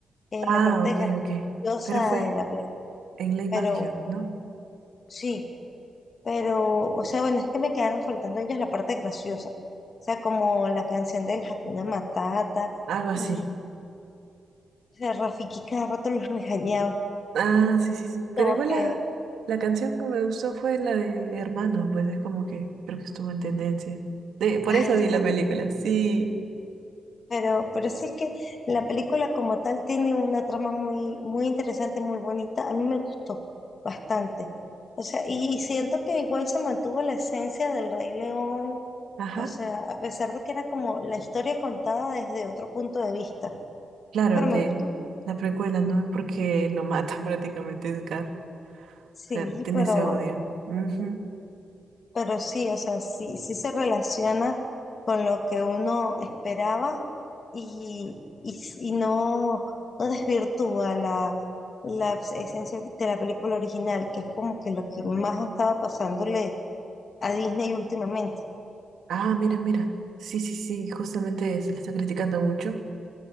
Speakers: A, on the left (about 40°); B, on the right (about 75°).
A: en
B: Ah,
A: la parte
B: ok, ok.
A: graciosa
B: Pero fue
A: de la película,
B: en Live
A: pero
B: Action, ¿no?
A: sí, pero, o sea, bueno, es que me quedaron faltando ellos la parte graciosa, o sea, como la canción del Hakuna Matata
B: Algo así.
A: y o sea, Rafiki cada rato los regañaba,
B: Ah, sí, sí, sí.
A: como
B: Pero igual
A: que,
B: la, la canción que me gustó fue la de Hermano, pues es como que creo que estuvo en tendencia. De, por
A: ay,
B: eso vi la
A: sí,
B: película, sí.
A: Pero, pero sí es que la película como tal tiene una trama muy, muy interesante, muy bonita. A mí me gustó bastante. O sea, y, y siento que igual se mantuvo la esencia del Rey León.
B: Ajá.
A: O sea, a pesar de que era como la historia contada desde otro punto de vista.
B: Claro,
A: Pero
B: de
A: me gustó.
B: la precuela, ¿no? Porque lo mata <laughs> prácticamente Scar.
A: Sí,
B: O sea, tiene
A: pero,
B: ese odio. Ujú.
A: pero sí, o sea, sí, sí se relaciona con lo que uno esperaba y, y, s- y no, no desvirtúa la, la esencia de la película original, que es como que lo que más estaba pasándole a Disney últimamente.
B: Ah, mira, mira. Sí, sí, sí. Justamente se le está criticando mucho.